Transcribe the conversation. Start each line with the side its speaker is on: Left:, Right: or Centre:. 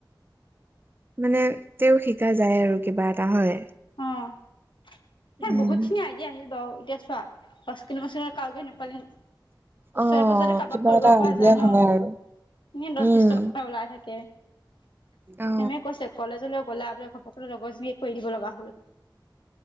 Right: মানে তেওঁ শিকা যায় আৰু কিবা এটা হয়।
Left: অ', সে
Right: উম
Left: বহুত খিনি আইডিয়া আহিল বাৰু এতিয়া চোৱা। কিন্তু মই চোৱা কাওকে নেপালি ওচৰে
Right: অ
Left: পাজৰে কাৰোবাক
Right: কিবা
Left: কৰিব
Right: এটা
Left: পৰা
Right: আইডিয়া
Left: যায় ন
Right: হয় আৰু
Left: এনে দহ
Right: উম
Left: বিশ টকা ওলাই থাকে। কে
Right: অ
Left: মেমে কৈছে কলেজলৈ গ'লা বোলে ঘপককে লগৰজনীক কৰি দিব লগা হল